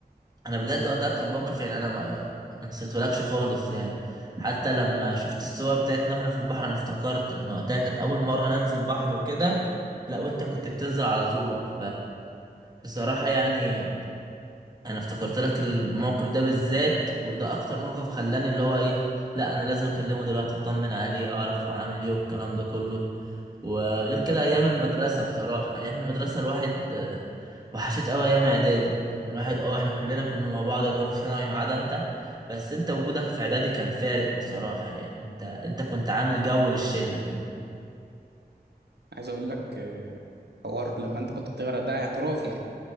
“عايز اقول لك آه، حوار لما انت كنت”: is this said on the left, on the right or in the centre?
Right